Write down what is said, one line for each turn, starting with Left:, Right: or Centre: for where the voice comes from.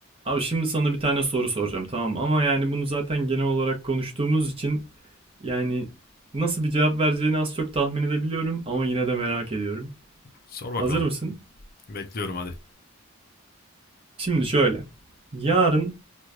Right: Abi şimdi sana bir tane soru soracağım tamam ama yani bunu zaten genel olarak konuştuğumuz için yani nasıl bir cevap vereceğini az çok tahmin edebiliyorum ama yine de merak ediyorum.
Left: Sor bakalım.
Right: Hazır mısın?
Left: Bekliyorum hadi.
Right: Şimdi şöyle. Yarın